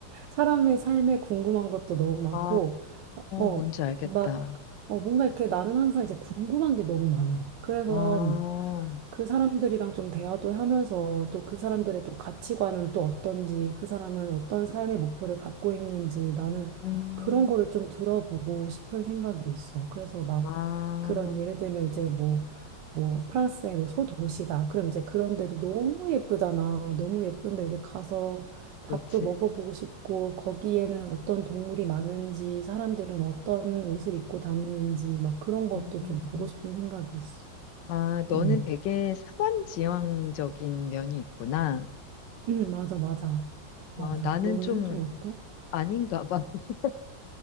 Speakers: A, on the right (about 80°); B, on the left (about 80°).
A: 사람의 삶에 궁금한 것도 너무 많고,
B: 아,
A: 어, 어,
B: 뭔지 알겠다.
A: 막, 어, 뭔가 이렇게 나는 항상 이제 궁금한 게 너무 많아. 그래서
B: 와,
A: 그 사람들이랑 좀 대화도 하면서 또 그 사람들의 또 가치관은 또 어떤지, 그 사람은 어떤 삶의 목표를 갖고 있는지 나는
B: 음,
A: 그런 거를 좀 들어보고 싶은 생각이 있어. 그래서 막
B: 아,
A: 그런 예를 들면 이제 뭐, 뭐 프랑스의 뭐 소도시다. 그럼 이제 그런데도 너무 예쁘잖아. 너무 예쁜데 이제 가서 밥도
B: 그렇지.
A: 먹어보고 싶고 거기에는 어떤 동물이 많은지, 사람들은 어떤 옷을 입고 다니는지 막 그런 것도
B: 음.
A: 좀 보고 싶은 생각이 있어.
B: 아, 너는
A: 음.
B: 되게 사람지향적인 면이 있구나.
A: 응, 맞아, 맞아. 맞아.
B: 어, 나는
A: 너는
B: 좀
A: 좀 어때?
B: 아닌가 봐. <laughs>